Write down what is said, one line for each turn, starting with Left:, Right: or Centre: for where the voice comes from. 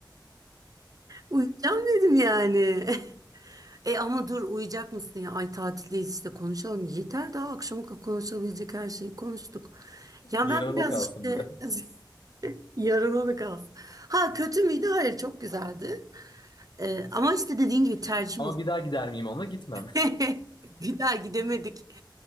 Right: Uyuyacağım dedim yani. <laughs> E ama dur uyuyacak mısın ya? Ay tatildeyiz işte konuşalım. Yeter daha akşama kadar konuşabilecek her şeyi konuştuk. Ya
Left: Yarına
Right: ben biraz
Left: da kalsın
Right: işte
Left: biraz.
Right: <laughs> yarına da kalsın. Ha kötü müydü? Hayır çok güzeldi. E, ama işte dediğin gibi tercih
Left: Ama bir daha gider miyim onunla? Gitmem. <laughs>
Right: meselesi. <laughs> Bir daha gidemedik.